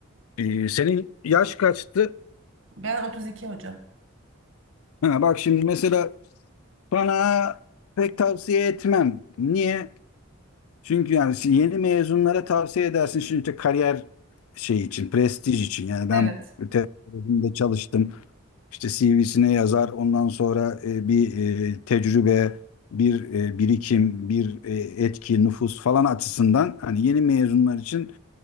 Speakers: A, on the left; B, on the right.
A: e, senin yaş kaçtı?
B: Ben 32 hocam.
A: Ha, bak şimdi mesela bana pek tavsiye etmem. Niye? Çünkü yani si-, yeni mezunlara tavsiye edersin. Şimdi işte kariyer şey için, prestij için. Yani ben
B: Evet.
A: öte tarafında çalıştım. İşte işte CV'sine yazar. Ondan sonra e, bir e, tecrübe, bir e, birikim, bir e, etki, nüfus falan açısından hani yeni mezunlar için